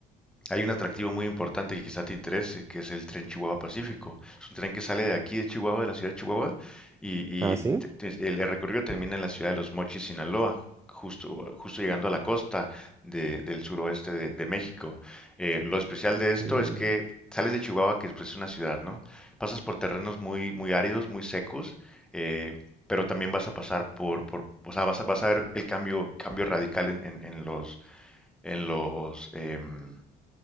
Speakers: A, in the centre; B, on the right.
A: hay un atractivo muy importante que quizá te interese, que es el tren Chihuahua Pacífico. Es un tren que sale de aquí de Chihuahua, de la ciudad de Chihuahua, y,
B: Ah,
A: y
B: sí.
A: te- te- el, el recorrido termina en la ciudad de Los Mochis, Sinaloa, justo, justo llegando a la costa de- del suroeste de, de México. Eh, lo especial de esto
B: Mm,
A: es que sales de Chihuahua, que es pues, una ciudad, ¿no? Pasas por terrenos muy, muy áridos, muy secos, eh, pero también vas a pasar por, por o sea, vas a, vas a ver el cambio, cambio radical en, en- en los, en los, em,